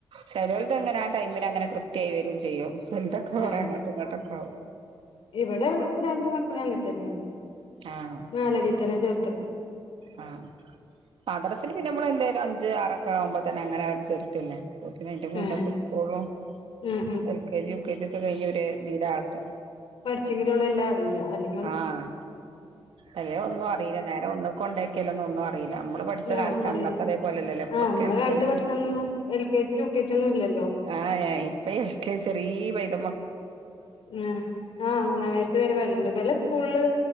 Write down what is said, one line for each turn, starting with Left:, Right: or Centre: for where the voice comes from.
Right: ചെലോലത എങ്ങനെ ആ ടൈമിന് അങ്ങന കൈകരകയും ചെയ്യും ചെലതൊക്കെ കുറ
Left: ആ
Right: അങ്ങോട്ടും ഇങ്ങോട്ടൊക്കെ ആകും.
Left: ഇവിടെ രണ്ട് മക്കളും അങ്ങ തന്നെയാണ്
Right: ആഹ്
Left: നാലരീ തന്നെ ചേർത്ത.
Right: ആഹ് മദ്രസിന് പിന്നെ നമ്മള് എന്തായാലും അഞ്ച് ആറൊക്കെ ആവുമ്പ തന്നെ അങ്ങനെ അവും ചെറുത്തില്ല? പ്പൊത്തിന് അയിന് മുന്നപ്പ
Left: ആ
Right: സ്കൂളും
Left: ആ ആ
Right: L K G U K G ഒക്കെ കഴിഞ്ഞ ഒര് ഇതിലാവട്ടെ.
Left: പഠിച്ചെങ്കിലും ഉള്ള എല്ലാം അറിയാ അല്ലെ?
Right: ആഹ് അല്ലേ ഒന്നും അറിയില്ല നേരം ഒന്ന് കൊണ്ടാക്കിയല്ല ഒന്നു ഒന്നും അ അറിയില്ല നമ്മള് പഠിച്ച
Left: ആ
Right: കാലത്ത്
Left: അറിയില്ല
Right: അന്നത്തെ അതേപോലെല്ലല്ലോ ഇപ്പൊ
Left: ആ നമ്മളെ
Right: എൽ
Left: കാലത്ത്
Right: കെ ജി.
Left: പഠിച്ചന്നൊന്നും L K G U K G ഒന്നും ഇല്ലല്ലോ
Right: ആഹ് ഇപ്പ എക്കെ ചെറിയ പെയ്ത
Left: ഉം ആഹ് മൂന്ന വയസ് വരെ വേര്ല്ണ്ട് ബല സ്കൂള്ള്